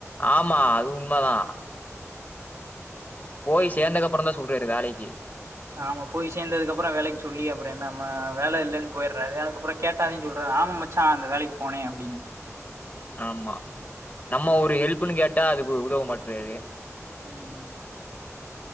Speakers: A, on the left (about 35°); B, on the right (about 70°).
A: ஆமா அது உண்மதா போய் சேந்தக்கப்றந்தா சொல்றாரு வேலைக்கு
B: ஆமா போய் சேந்ததுக்கப்ற வேலைக் சொல்லி அப்ற என்ன ம வேல இல்லன்னு போயடுறாரு அதுக்கப்ற கேட்டாதேன் சொல்றா ஆமா மச்சான் அந்த வேலைக்கு போனே அப்டின்னு
A: ஆமா நம்ம ஒரு ஹெல்ப்புனு கேட்டா அதுக்கு உதவ மாட்ராரு
B: ம்